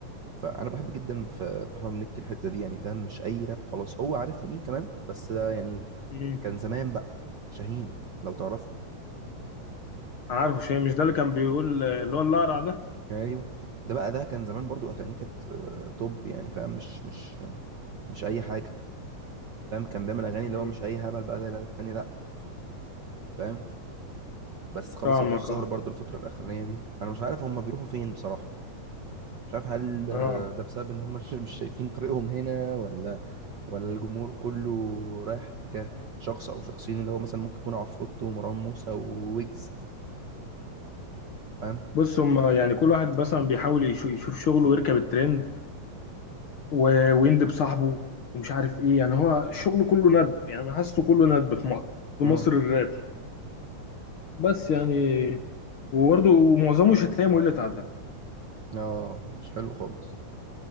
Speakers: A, on the right; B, on the left.
A: فانا بحب جدا في في احمد مكي الحته دي يعني فاهم مش اي راب خلاص هو عارفه مين كمان بس ده يعني
B: مم.
A: كان زمان بقى شاهين لو تعرفه
B: عارفه شيء مش ده اللي كان بيقول اللي هو الاقرع ده
A: ايوه ده بقى ده كان زمان برضو اغانيه كانت آه، توب يعني فاهم مش مش مش اي حاجه فاهم كان بيعمل اغاني
B: مم.
A: اللي هو مش اي هبل بقى زي العيال التاني لا فاهم بس خلاص
B: فاهمك
A: ما بقاش ظاهر
B: اه
A: برضو الفتره الاخرانيه دي انا مش عارف هم بيروحوا فين بصراحه مش عارف هل آه،
B: اه
A: ده بسبب ان هم <laughs> مش شايفين طريقهم هنا ولا ولا الجمهور كله رايح تجاه شخص او شخصين اللي هو مثلا ممكن يكون عفروتو ومروان موسى وويجز فاهم
B: بص هم يعني كل واحد مثلا بيحاول يشو- يشوف شغله ويركب الترند و- ويندب صاحبه ومش عارف ايه يعني هو شغله كله ندب يعني حاسه كله ندب في مصر في
A: امم
B: مصر الراب بس يعني وبرضه معظمه شتايم وقلة أدب
A: اه مش حلو خالص